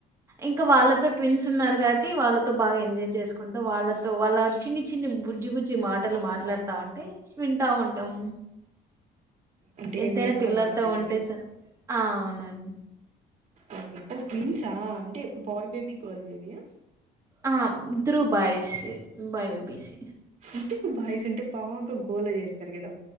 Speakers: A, on the right (about 20°); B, on the right (about 45°).
A: ఇంకా వాళ్ళతో ట్విన్స్ ఉన్నారు గాట్టి వాళ్ళతో బాగా ఎంజాయ్ చేసుకుంటూ వాళ్ళతో వాళ్ళ చిన్ని చిన్ని బుజ్జి బుజ్జి మాటలు మాట్లాడుతా ఉంటే వింటా ఉంటాం
B: అంటే
A: ఎంతైనా
B: మీ అక్క
A: పిల్లలతో
B: వాళ్ళ పిల్లల
A: ఉంటే సర్ ఆ అవునం
B: ఓకే ఓ ట్విన్సా అంటే బాయ్ బేబీ గర్ల్ బేబీయా
A: ఆ ఇధ్రు బాయిసే బాయ్ బేబీసే
B: అంటే బాయస్ అంటే బాగా గోలా జేస్తారు గదా